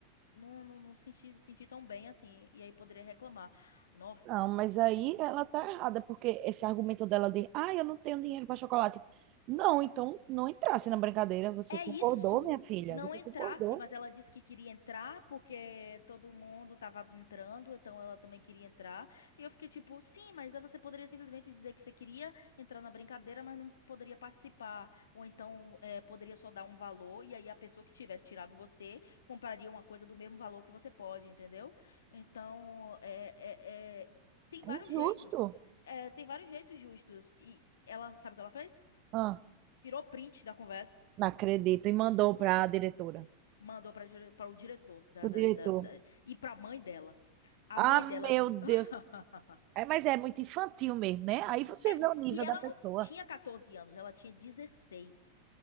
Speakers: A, on the left; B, on the right.
A: não, não, não sentir, sentir tão bem assim, e aí poderia reclamar. Nossa.
B: Não, mas aí ela tá errada, porque esse argumento dela de, ah, eu não tenho dinheiro para chocolate. Não, então não entrasse na brincadeira. Você
A: É
B: concordou,
A: isso.
B: minha filha?
A: Não
B: Você
A: entrasse,
B: concordou?
A: mas ela disse que queria entrar porque todo mundo tava entrando, então ela também queria entrar. E eu fiquei tipo, sim, mas aí você poderia simplesmente dizer que você queria entrar na brincadeira, mas não poderia participar. Ou então eh, poderia só dar um valor e aí a pessoa que tivesse tirado você compraria uma coisa do mesmo valor que você pode, entendeu? Então, é, é- é- tem
B: É
A: vários
B: injusto.
A: jeitos. É, tem vários jeitos justos. E ela, sabe o que ela fez?
B: Ah,
A: Tirou print da conversa.
B: não acredito. E mandou para a diretora.
A: Mandou para o diretor da,
B: O
A: da,
B: diretor.
A: da, da, e para a mãe dela. A
B: Ah,
A: mãe dela.
B: meu Deus.
A: <laughs>
B: É, mas é muito infantil mesmo, né? Aí você
A: É,
B: vê
A: des-
B: o nível
A: e ela
B: da pessoa.
A: não tinha 14 anos, ela tinha 16